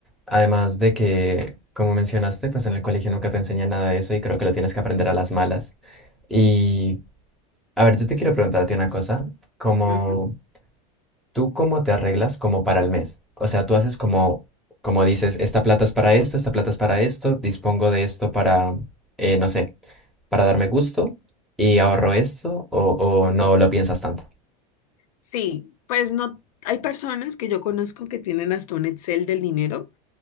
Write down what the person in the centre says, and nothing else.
Además de que, como mencionaste, pues en el colegio nunca te enseñan nada de eso y creo que lo tienes que aprender a las malas. Y, a ver, yo te quiero preguntar a ti una cosa, como
¿Tú cómo te arreglas como para el mes? O sea, tú haces como, como dices, esta plata es para esto, esta plata es para esto, dispongo de esto para, eh, no sé, para darme gusto y ahorro esto o, o no lo piensas tanto.